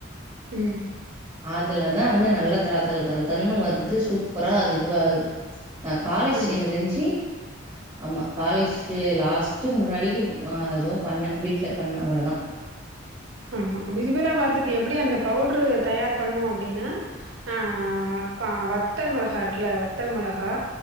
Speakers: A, on the right; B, on the right.
A: ம்
B: அதுலதா வந்து நல்லா தல தல தல தண்ணு வருது சூப்பரா அது இதுவாககுது நா காலேஜ்
A: ம்
B: என தஞ்ஜி ஆமா காலேஜ் லாஸ்ட்டு முன்னாடிக்கு அ எதுவு பண்ணே வீட்டு்ல பண்ண அவளவுதா
A: ஆமா பிசிபலா பாத்துக்கு எப்டி அந்த பவுட்ரு தயார் பண்னு அப் அப்படின்னா ஆ க வத்தல் மொளகா இருக்குல வத்தல் மொளகா